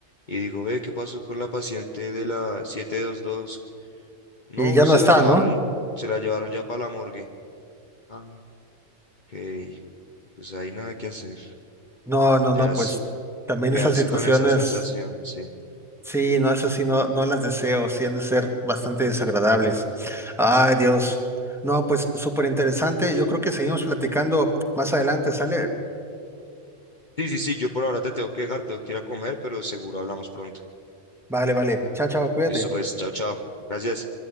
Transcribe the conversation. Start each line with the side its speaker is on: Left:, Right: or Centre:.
Left: y digo, ve, ¿qué pasó con la paciente de la 722? No,
Centre: Y ya
Left: se
Centre: no está,
Left: la llevaron,
Centre: ¿no?
Left: se la llevaron ya para la morgue. Ah, Ok, pues hay nada que hacer,
Centre: No, no,
Left: ya
Centre: no,
Left: es
Centre: pues también
Left: quedarse
Centre: esas situaciones,
Left: con esa sensación, sí.
Centre: sí, no, esas sí, no, no las deseo, sí han de ser bastante desagradables. Ay, Dios. No, pues súper interesante. Yo creo que seguimos platicando más adelante, ¿sale?
Left: Sí, sí, sí, yo por ahora te tengo que dejar, tengo que ir a comer, pero seguro hablamos pronto.
Centre: Vale, vale. Chao, chao, cuídate.
Left: Listo, pues, chao, chao. Gracias.